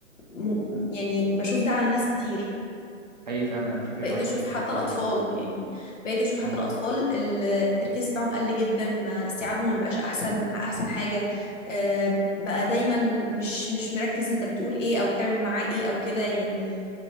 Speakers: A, on the left; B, on the right.
A: م... يعني بشوف ده على ناس كتير
B: حقيقي فعلا أنا اتفق
A: بقيت
B: معاكي
A: اشوف
B: في الحته
A: حتى الاطفال
B: اللي زي
A: يعني بقيت اشوف حتى
B: دي
A: الاطفال ال- التركيز بتاعهم قل جدا ما استيعابهم ما بقاش احسن احسن حاجه آم، بقى دايما مش مش مركز انت بتقول ايه او بتعمل معاه ايه او كده يعني